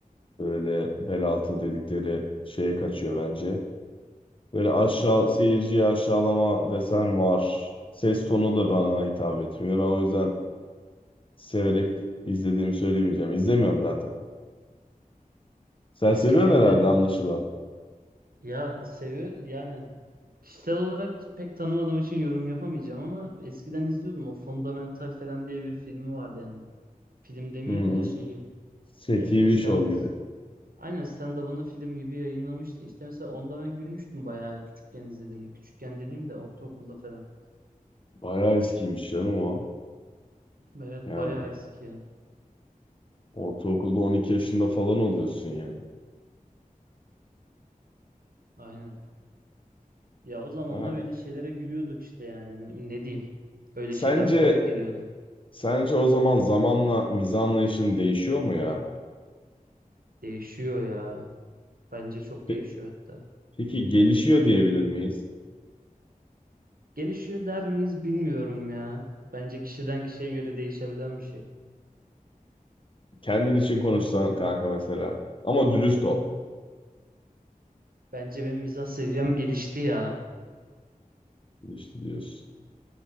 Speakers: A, on the left; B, on the right.
A: böyle bel altı dedikleri şeye kaçıyor bence. Böyle aşağı seyirciyi aşağılama desen var. Ses tonu da bana hitap etmiyor. Ben o yüzden severek izlediğimi söylemeyeceğim. İzlemiyorum zaten. Sen
B: Eski
A: seviyorsun
B: filmle
A: herhalde anlaşılan.
B: ya seviyor yani kişisel olarak pek tanımadığım için yorum yapamayacağım ama eskiden izliyordum. O Fundamental falan diye bir filmi vardı yani. Film demeyeyim
A: Hı hı.
B: de şeyi
A: Şey,
B: ya
A: TV
B: işte stand
A: show gibi.
B: aynen stand-up'ını film gibi yayınlamıştı. İşte mesela onda ben gülmüştüm bayağı küçükken izlediğimde. Küçükken dediğimde ortaokulda falan.
A: Bayağı eskiymiş canım o.
B: Evet
A: Yani
B: bayağı eski ya.
A: ortaokulda 12 yaşında falan oluyorsun yani.
B: Aynen. Ya o zamanlar
A: Ha.
B: öyle şeylere gülüyorduk işte yani ne, ne diyeyim. Öyle
A: Sence
B: şeyler komik geliyordu.
A: Sence o zaman zamanla mizah anlayışın değişiyor mu ya?
B: Değişiyor ya. Bence çok
A: Pe-
B: değişiyor hatta.
A: Peki gelişiyor diyebilir miyiz?
B: Gelişiyor der miyiz bilmiyorum ya. Bence kişiden kişiye göre değişebilen bir şey.
A: Kendin için konuşsan kanka mesela. Ama dürüst ol.
B: Bence benim mizah seviyem gelişti ya.
A: Gelişti diyorsun.